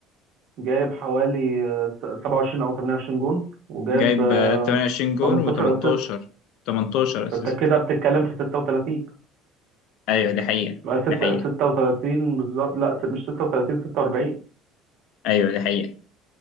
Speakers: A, on the right; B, on the left.
A: جايب حوالي آه، 27 او 28 جون وجايب
B: جايب
A: آه،
B: آه، 28 جول
A: 18
B: و18
A: اسيست
B: 18 أسيست
A: فانت كده بتتكلم في 36
B: أيوه دي حقيقة
A: آه، ست-
B: دي حقيقة
A: 36 بالظبط لا س- مش 36 46
B: أيوه دي حقيقة